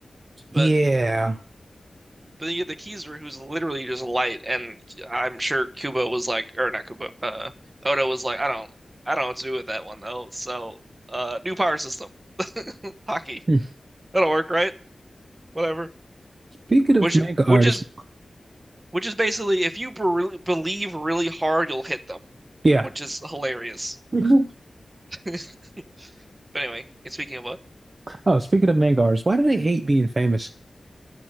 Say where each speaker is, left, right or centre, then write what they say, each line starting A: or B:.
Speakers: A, on the right; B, on the right.
A: Yeah.
B: but but then you get the Kizaru, who's literally just light, and I'm sure Kubo was like, or not Kubo, uh, Oda was like, I don't, I don't know what to do with that one though. So, uh, new power system, <laughs> hockey.
A: Hmm.
B: That'll work, right? Whatever.
A: Speaking of
B: Which
A: manga artists,
B: which is which is basically if you be- believe really hard, you'll hit them,
A: yeah.
B: which is hilarious.
A: <laughs>
B: <laughs> But anyway, speaking of what,
A: Oh, speaking of manga artists, why do they hate being famous?